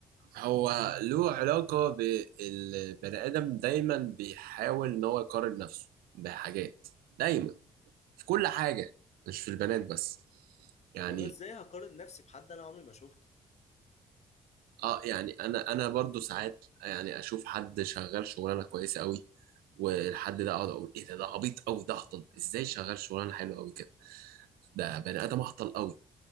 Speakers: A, on the right; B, on the left.
A: هو له علاقة بالبني آدم دايما بيحاول إن هو يقارن نفسه بحاجات دايما في كل حاجة مش في البنات بس
B: طب
A: يعني
B: وانا ازاي هقارن نفسي بحد انا عمري ما شفته
A: اه يعني انا انا برضو ساعات يعني اشوف حد شغال شغلانه كويسه قوي والحد ده اقعد اقول ايه ده ده عبيط قوي ده هطل ازاي شغال شغلانه حلوه قوي كده. ده بني ادم اهطل قوي